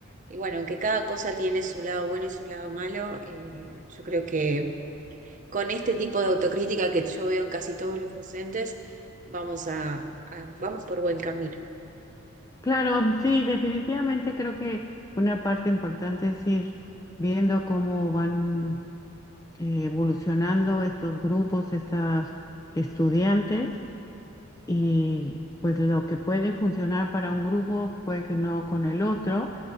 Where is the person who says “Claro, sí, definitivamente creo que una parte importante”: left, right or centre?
Left